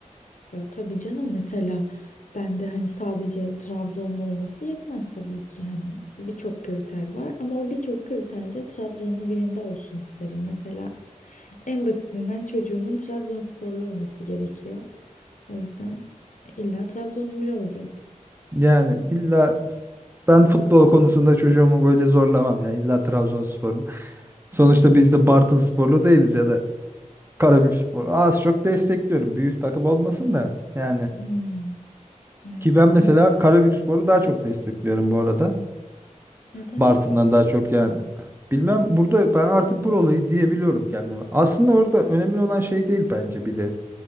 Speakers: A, on the left (about 70°); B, on the right (about 15°).
A: Ya tabii canım mesela ben de hani sadece Trabzonlu olması yetmez tabii ki hani birçok kriter var ama o birçok kriterde Trabzonlu birinde olsun isterim. Mesela En basitinden çocuğumun Trabzonsporlu olması gerekiyor. O yüzden illa Trabzonlu biri olacak.
B: Yani illa ben futbol konusunda çocuğumu böyle zorlamam ya. illa Trabzonsporlu. <laughs> Sonuçta biz de Bartınsporlu değiliz ya da Karabükspor. Az çok destekliyorum. Büyük takım olmasın da yani.
A: Hmm, evet
B: Ki ben mesela
A: ben.
B: Karabükspor'u daha çok destekliyorum bu arada.
A: Neden?
B: Bartın'dan daha çok yani. Bilmem burada ben artık buralıyı diyebiliyorum kendime. Aslında orada önemli olan şey değil bence bir de.